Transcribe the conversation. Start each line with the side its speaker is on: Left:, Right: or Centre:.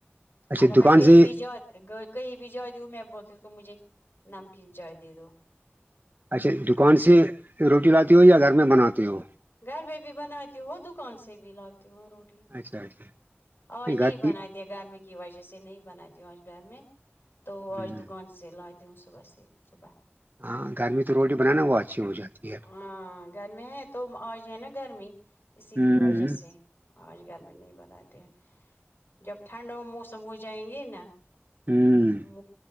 Right: اچھا
Left: اگر
Right: دکان
Left: میں کئی
Right: سے
Left: بھی جوا کہیں بھی جائے دوں میں بولتی ہوں کو مجھے نمکین چائے دے دو
Right: اچھا دکان سے روٹی لاتی ہو یا گھر میں بناتی ہو
Left: گھر بھی بھی بناتے تو ہو دکان سے بھی لاگتے وہ روٹی
Right: اچھا اچھا
Left: آوج
Right: گھر
Left: نہیں
Right: کی
Left: بنا دی گرمی کی وجہ سے نہیں بنی آج گھر میں تو
Right: ہوں،
Left: آج دکان سے لای دیوں صبح س سے صبح
Right: ہاں گھر میں تو روٹی بنانا وہ اچھی ہو جاتی ہے
Left: ہاں گرمی ہے تو آج ہے نا گرمی اسی
Right: ہوں
Left: کی وجہ سے آج گھر میں نہیں بناتے ہیں جب ٹھنڈ موسم ہو جائیں گے نا
Right: ہوں <unintelligible>
Left: م